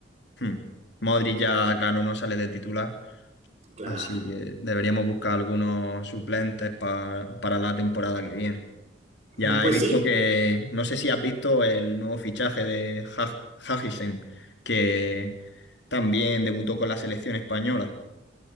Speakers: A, on the left; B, on the right.
A: Hmm. Modric ya, claro, no sale de titular,
B: claro.
A: así que deberíamos buscar algunos suplentes pa- para la temporada que viene. Ya
B: Mm, Pues
A: he visto
B: sí,
A: que, no sé si has visto el nuevo fichaje de Ha- Hutchison, que también debutó con la selección española.